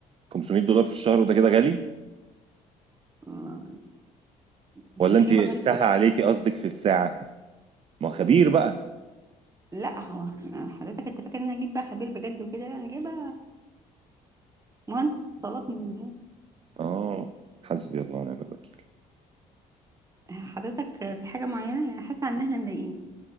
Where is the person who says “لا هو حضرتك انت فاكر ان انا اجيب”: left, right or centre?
Right